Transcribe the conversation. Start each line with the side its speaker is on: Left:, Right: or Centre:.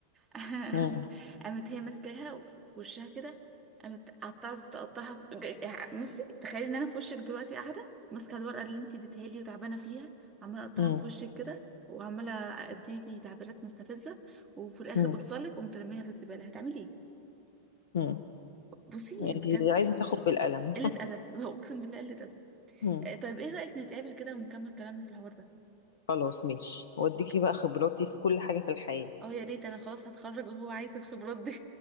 Right: <laughs>
Left: مم.
Right: قامت هي ماسكاها وف- في وشها كده قامت قطعت تقطعها ب- ج- بصي تخيلي ان انا في وشك دلوقتي قاعده ماسكه الورقه اللي انت اديتها لي وتعبانه فيها عماله اقطعها
Left: مم.
Right: في وشك كده وعماله اديكي تعبيرات مستفزه وفي الاخر
Left: مم.
Right: بصلك قمت رميها في الزباله هتعملي ايه
Left: مم.
Right: بصي
Left: انت
Right: يعني بجد
Left: عايزه تاخد بالقلم
Right: قله ادب <laughs> اقسم بالله قله ادب
Left: <laughs>
Right: آه، طيب ايه رايك نتقابل كده ونكمل كلامنا في الحوار ده
Left: خلاص ماشي واديكي
Right: اوكي
Left: بقى خبراتي في كل حاجة في الحياة
Right: اه يا ريت انا خلاص هتخرج وهو عايز الخبرات دي